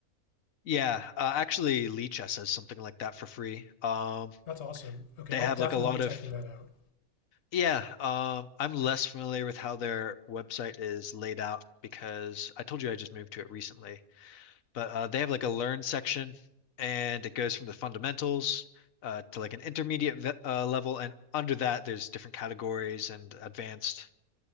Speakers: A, on the left; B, on the left.
A: Yeah, uh, actually, Lee Chess has something like that for free. Um,
B: That's awesome. Okay,
A: they
B: I'll
A: have
B: definitely
A: like a lot
B: be checking
A: of
B: that out.
A: Yeah, um, I'm less familiar with how their website is laid out because I told you I just moved to it recently. But uh, they have like a learn section, and it goes from the fundamentals uh, to like an intermediate ve- uh, level, and under that there's different categories and advanced.